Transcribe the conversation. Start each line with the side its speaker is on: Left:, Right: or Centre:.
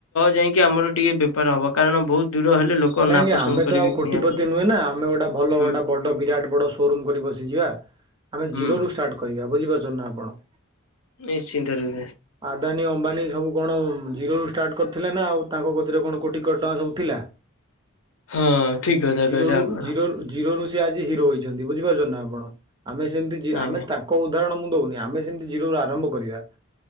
Left: ଯାଇଁକି ଆମର ଟିକେ ବେପାର ହବ। କାରଣ ବହୁତ ଦୂର ହେଲେ ଲୋକ
Right: କାହିଁକି
Left: ନାପସନ୍ଦ
Right: ଆମେ
Left: କରିବେ
Right: ତ ଆଉ
Left: କିଣିବା
Right: କୋଟିପତି
Left: ପାଇଁ
Right: ନୁହେଁ ନା, ଆମେ ଗୋଟେ ଭଲ
Left: ହୁଁ।
Right: ଗୋଟେ ବଡ଼ ବିରାଟ ବଡ଼ ସୋରୁମ କରି ବସିଯିବା। ଆମେ
Left: ହୁଁ
Right: ଜିରୋରୁ ଷ୍ଟାର୍ଟ କରିବା ବୁଝିପାରୁଛନ୍ତି ନା ଆପଣ?
Left: ନିଶ୍ଚିନ୍ତ ରୂପେ
Right: ଆଦାନୀ, ଅମ୍ବାନୀ ସବୁ କଣ ଜିରୋରୁୁ ଷ୍ଟାର୍ଟ କରିଥିଲେ ନା ଆଉ, ତାଙ୍କ କତିରେ କଣ କୋଟି କୋଟି ଟଙ୍କା ସବୁ ଥିଲା?
Left: ହଁ ଠିକ କଥା
Right: ଜିରୋରୁ
Left: କହିଲେ ଆପଣ
Right: ଜିରୋରୁ ଜିରୋରୁ ସିଏ ଆଜି ହିରୋ ହେଇଚ ଚନ୍ତି ବୁଝିପାରୁଛନ୍ତି ନା ଆପଣ? ଆମେ ସେମତି ଜି
Left: ଆଜ୍ଞା।
Right: ଆମେ ତାଙ୍କ ଉଦାହରଣ ମୁଁ ଦଉନି, ଆମେ ସେମତି ଜିରୋ ରୁ ଆରମ୍ଭ କରିବା।